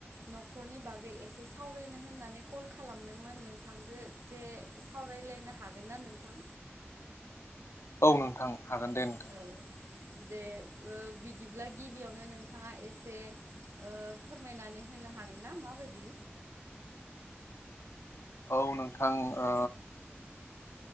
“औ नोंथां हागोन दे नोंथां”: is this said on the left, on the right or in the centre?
Left